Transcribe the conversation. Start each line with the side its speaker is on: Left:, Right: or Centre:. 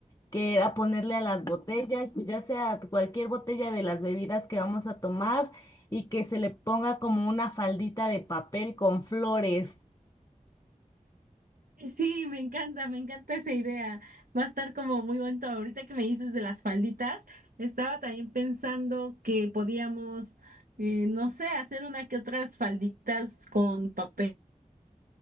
Left: que era ponerle a las botellas, pues ya sea cualquier botella de las bebidas que vamos a tomar, y que se le ponga como una faldita de papel con flores.
Right: Sí, me encanta, me encanta esa idea. Va a estar como muy bonito. Ahorita que me dices de las falditas, estaba también pensando que podíamos, eh, no sé, hacer una que otras falditas con papel